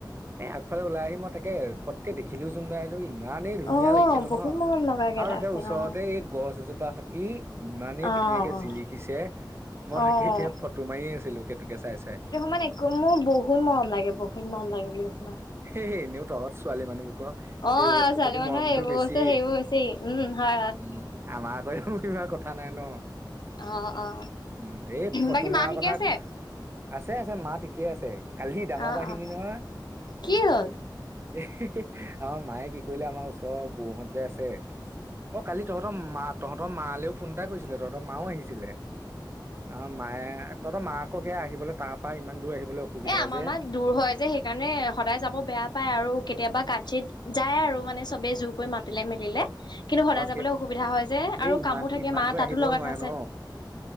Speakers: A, on the right (about 30°); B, on the left (about 65°).
A: এই আগফালে ওলাই আহিম মই তাকে পটকে দেখিলোও জোন বাক। ইমানেই ধুনীয়া
B: অ',
A: লাগিছে নহয়
B: বহুত মৰম লগাকে
A: আৰু তাতে
B: আছে
A: ওচৰতে
B: অ',
A: এই গছজোপা খতি ইমানেই
B: অ',
A: ধুনীয়াকে জিলিকিছে মই
B: অ'।
A: তাকে এতিয়া ফটো মাৰি আছিলো। সেইটোকে চাই- চাই।
B: মানে একো মোৰ বহুত মৰম লাগে, বহুত মৰম লাগে বুলি কৈছো।
A: এ, এনেও তহঁত ছোৱালী মানুহবোৰৰ
B: অ',
A: এই বস্তুৰ
B: ছোৱালী
A: প্ৰতি
B: মানুহৰ
A: মৰমটো
B: এইবোৰ
A: বেছি।
B: বস্তু সেইবোৰ বেছি উম, হয়, হয়,
A: উম, আমাৰ আকৌ ইমাৰ কথা নাই ন।
B: অ', অ'।
A: উম, এই ফটো
B: বাকী
A: মৰা
B: মা ঠিকে
A: কথা
B: আছে?
A: আছে- আছে মাত ঠিকে আছে, কালি সি ডাঙৰ
B: অ',
A: কাহিনী
B: অ',
A: নহয়
B: কি হ'ল?
A: এ আমাৰ মায়ে কি কৰিলে আমাৰ ওচৰৰ বৰহঁত যে আছে। অ, কালি তহঁতৰ মা, তহঁতৰ মালৈও ফোন এটা কৰিছিলে তহঁতৰ মাও আহিছিলে। অ, মায়ে তহঁত মাকক সেয়া আহিবলৈ তাৰ পৰা ইমান দূৰ আহিবলৈ অসুবিধা
B: এ আমাৰ
A: যে
B: মাৰ দূৰ হয় যে সেইকাৰণে মানে সদায় যাব বেয়া পায় আৰু। কেতিয়াবা কাতচিত যায় আৰু মানে চবে জোৰ কৰি মাতিলে মেলিলে। কিন্তু সদায়
A: অ সেই
B: যাবলৈ অসুবিধা হয় যে।
A: এই
B: আৰু
A: ইমান
B: কামো থাকে
A: ইমান
B: মা
A: দূৰ
B: তাতো
A: আহিব
B: লগাত
A: নোৱাৰে
B: আছে।
A: ন।